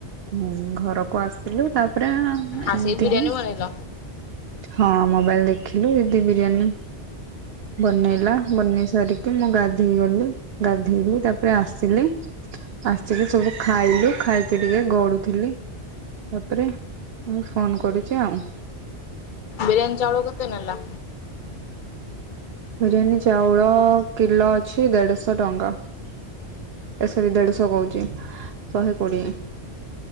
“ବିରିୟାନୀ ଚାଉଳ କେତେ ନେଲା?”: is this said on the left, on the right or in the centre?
Left